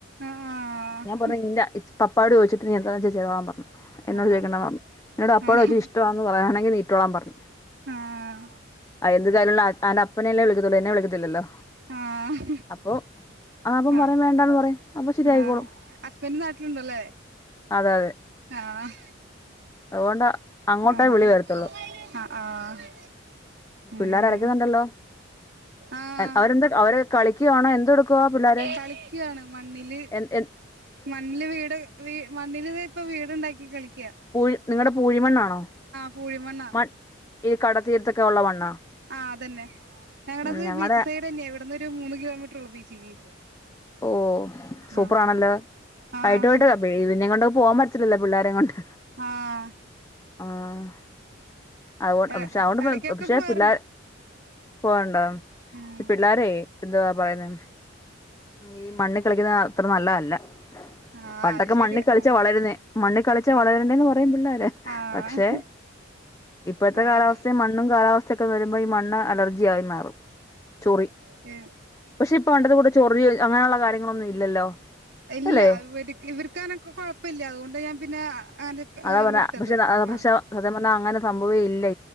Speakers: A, on the right; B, on the left.
A: ആഹ്
B: ഞാൻ പറഞ്ഞു നിന്റെ പപ്പാട് ചോദിച്ചിട്ട് നീ എന്താ വച്ചാ ചെയ്തോളാ പറഞ്ഞ് എന്നോട്
A: ആഹ്
B: ചോദിക്കണ്ട പറഞ്ഞു എന്നോട് അപ് എപ്പോളാ
A: ആഹ്
B: വച്ചി ഇഷ്ടവാന്ന് പറയാണെങ്കിൽ നീട്ടോളം പറഞ്ഞു
A: ആഹ്
B: ആഹ് എന്ത് കാര്യമുള്ള ആൻ ആൻ്റെ അപ്പനെന്നല്ലേ വിളിക്കതൊള്ളൂ എന്നെ വിളിക്കത്തില്ലല്ലോ
A: ആഹ് ആഹ്
B: അപ്പൊ അവൻ
A: ആഹ്
B: പറയും വേണ്ടാന്ന് പറയും അപ്പൊ ശരിയായിക്കോളും
A: ആഹ് ഹസ്ബൻഡ് നാട്ടിലുണ്ടല്ലേ
B: അതെ അതെ
A: ആഹ്
B: അതുകൊണ്ട് അങ്ങോട്ടേ
A: ആഹ്
B: വിളി വരത്തുള്ളൂ
A: ആഹ് ആഹ്
B: പിള്ളോര്
A: ഉം
B: അരക്കുന്നുണ്ടല്ലോ
A: ആഹ്
B: അവരെന്താ അവര് കളിക്കുവാണോ എന്ത് എടുക്കുവാ പിള്ളോര്
A: കളിക്കാണ് മണ്ണില്
B: ഏഹ്
A: മണ്ണില് വീട് മണ്ണില് ഇപ്പം വീടുണ്ടാക്കി കളിക്കാ
B: പൂഴി നിങ്ങളുടെ പൂഴിമണ്ണാണോ
A: പൂഴിമണ്ണാ
B: മൺ ഈ കടതീരത്തൊക്കെ ഉള്ള മണ്ണാ
A: ആഹ് അതന്നെ ഞങ്ങളടത്
B: ഉം ഞങ്ങടെ
A: ബീച്ച് സൈഡ് തന്നെയാ ഇവിടന്ന് ഒരു മൂന്ന് കിലോമീറ്റർ ഉള്ളു ബീച്ചിക്ക്
B: ഓ സൂപ്പറാണല്ലോ
A: ആഹ് ആഹ്
B: വൈകിട്ട് പോയിട്ട് ഇതിനെയും കൊണ്ട് പോവാൻ പറ്റില്ലല്ലോ പിള്ളാരെ കൊണ്ട്
A: ആഹ്
B: ആഹ് അയോണ്ട്
A: എ
B: പക്ഷെ അയോണ്ട്
A: എടക്കൊക്കെ
B: പക്ഷെ
A: പോവാറുണ്ട്
B: പിള്ളേ പോണ്ടോ
A: ഉം
B: പിള്ളോര് എന്തുവാ പറയുന്നേ ഈ മണ്ണ് കളിക്കുന്നത് അത്ര നല്ലതല്ല
A: ആഹ്
B: പണ്ടൊക്കെ
A: അത് ശരിയാ
B: മണ്ണി കളിച്ചാ
A: ആഹ്
B: വളരുന്നേ മണ്ണ് കളിച്ചാ വളരണ്ടേന്ന്
A: ആഹ്
B: പറയും പിള്ളേര്
A: ആഹ്
B: പക്ഷെ ഇപ്പോഴത്തെ
A: ആഹ്
B: കാലാവസ്ഥൽ മണ്ണും കാലാവസ്ഥയൊക്കെ വരുമ്പോ ഈ മണ്ണ് അലർജിയ ആയി മാറും ചോറി
A: ഇ
B: പക്ഷെ ഇപ്പൊ ഉണ്ടത് കൂടെ ചൊറിയ അങ്ങനെയുള്ള കാര്യങ്ങളൊന്നും ഇല്ലല്ലോ
A: ഇല്ല
B: അല്ലേ
A: ഇവര്ക്ക് ഇവ രക്കാനൊക്കെ കൊഴപ്പല്ല അതുകൊണ്ട് ഞാൻ പിന്നെ അങ്ങനെ
B: അതാ പറഞ്ഞേ
A: വിട്ടത്
B: പക്ഷെ പക്ഷെ
A: ആഹ്
B: സത്യം പറഞ്ഞാൽ അങ്ങനെ സംഭവേ ഇല്ലേ